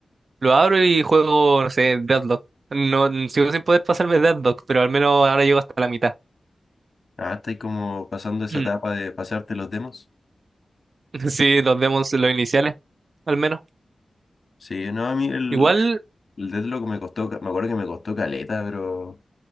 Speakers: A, on the right; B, on the left.
A: Lo abro y juego, no sé, Deadlock. No, mm, sigo sin poder pasarme Deadlock, pero al menos ahora llego hasta la mitad.
B: Ah, estáis como pasando esa
A: Mm.
B: etapa de pasarte los demos.
A: <laughs> Sí, los demos, los iniciales, al menos.
B: Sí, no, a mí el,
A: Igual,
B: el Deathlock me costó, ca- me acuerdo que me costó caleta, pero...